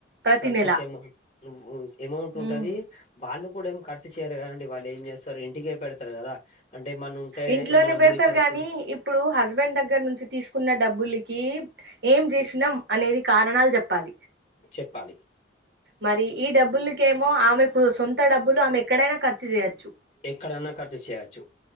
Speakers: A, on the right; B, on the left.
A: ప్రతి
B: సొంతక
A: నెల
B: ఎమో అమౌంట్ ఉంటది
A: ఉమ్
B: వాళ్ళు కూడా ఏమ్ కర్చు చేయ్యరు కదండి వాళ్ళు ఏం చేస్తారు ఇంటికే పెడతారు కదా అంటే ఏమన్నా ఉంటే
A: ఇంట్లోనే
B: ఏమన్నా
A: పెడతారు
B: ముడి సరుకులు
A: గాని ఇప్పుడు హస్బెండ్ దగ్గర నుంచి తీసుకున్న డబ్బులికి ఏం చేసినాం అనేది కారణాలు చెప్పాలి
B: చెప్పాలి
A: మరి ఈ డబ్బులకేమో ఆమెకు సొంత డబ్బులు ఆమె ఎక్కడైనా ఖర్చు చేయొచ్చు
B: ఎక్కడన్నా ఖర్చు చేయచ్చు